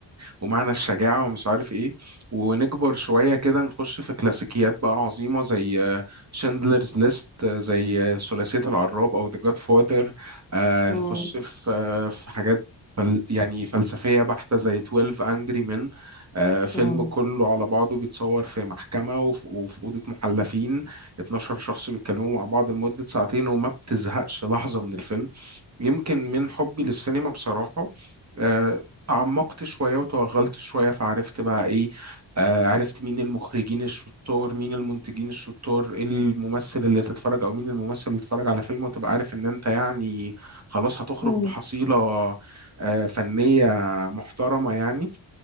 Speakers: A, on the right; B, on the left.
A: ومعنى الشجاعة ومش عارف إيه ونكبر شوية كده نخش في كلاسيكيات بقى عظيمة زي شندلرز ليست زي ثلاثية العراب أو ذا جاد فاذر
B: مم.
A: نخش في في حاجات فل- يعني فلسفية بحتة زي 12 Angry Men آه، فيلم
B: مم.
A: كله على بعضه بيتصور في محكمة وف- وفي أوضة محلفين 12 شخص بيتكلموا مع بعض لمدة ساعتين وما بتزهقش لحظة من الفيلم يمكن من حبي للسينما بصراحة آه، تعمقت شوية وتوغلت شوية فعرفت بقى إيه آه، عرفت مين المخرجين الشطار مين المنتجين الشطار إيه الممثل اللي تتفرج أو مين الممثل اللي تتفرج على فيلم وتبقى عارف إن أنت يعني خلاص هتخرج
B: مم.
A: بحصيلة آه، فنية محترمة يعني